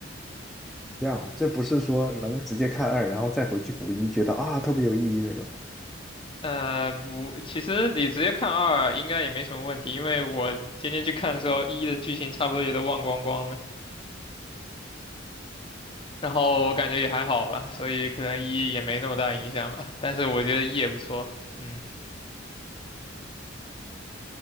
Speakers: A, in the centre; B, on the left.
A: 这样啊，这不是说能直接看二，然后再回去补一，觉得啊特别有意义那种。
B: 呃，不，其实你直接看二应该也没什么问题，因为我今天去看的时候，一的剧情差不多也都忘光光了，然后我感觉也还好吧，所以可能一也没那么大影响吧。但是我觉得一也不错，嗯，